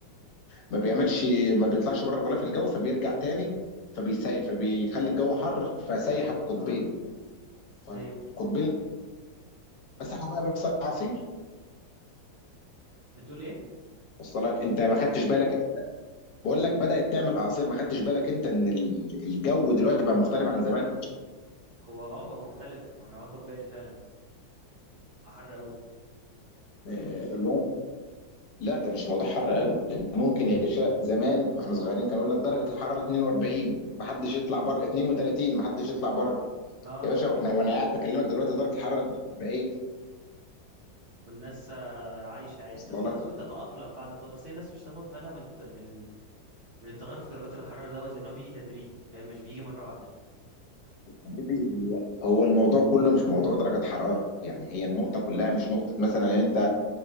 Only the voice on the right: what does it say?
اه
ايوه
بتقول ايه
هو اه بقى مختلف وانا واخد بالي فعلا بقى حر قوي
اه
والناس آه، عايشه عادي
اصل الناس
بتتاقلم بعد فتره اصل الناس مش هتاخد بالها من من من التغير في درجات الحراره دوت لان هو بيجي تدريجي فاهم مش بيجي مره واحده